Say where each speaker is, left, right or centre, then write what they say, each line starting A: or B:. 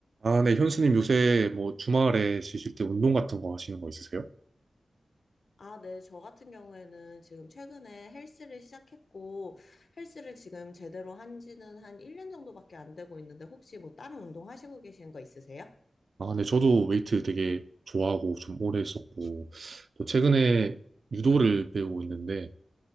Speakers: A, on the right; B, on the left.
A: 아, 네, 현수님 요새 뭐 주말에 쉬실 때 운동 같은 거 하시는 거 있으세요?
B: 아, 네. 저 같은 경우에는 지금 최근에 헬스를 시작했고, 헬스를 지금 제대로 한 지는 한 1년 정도밖에 안 되고 있는데, 혹시 뭐 다른 운동 하시고 계신 거 있으세요?
A: 아, 네, 저도 웨이트 되게 좋아하고 좀 오래 했었고, 또 최근에 유도를 배우고 있는데,